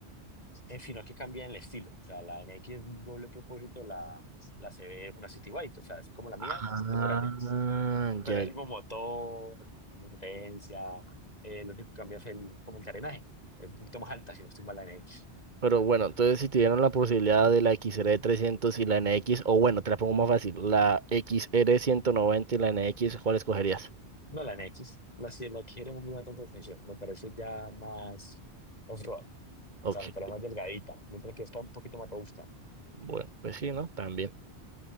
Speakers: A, on the left; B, on the right.
A: en fin, no que cambia el estilo, o sea, la N X es un doble propósito, la, la C CB es una City Bike, o sea, es como la mía,
B: Ah,
A: un poquito más grande, pero
B: ya.
A: el
B: ya.
A: mismo motor, misma potencia, eh, lo único que cambia es el, como el carenaje, es un poquito más alta, si no estoy mal, la N X
B: Pero bueno, entonces si te dieron la posibilidad de la X xr trescientos y la N X, o bueno, te la pongo más fácil, la X R ciento noventa y la N X ¿cuál escogerías?
A: No, la N NX, la, si- la que era muy buena tanta atención, me parece ya más off-road.
B: Ok,
A: Claro, pero más delgadita, mientras que esta un poquito más robusta.
B: bueno, pues sí, ¿no? También.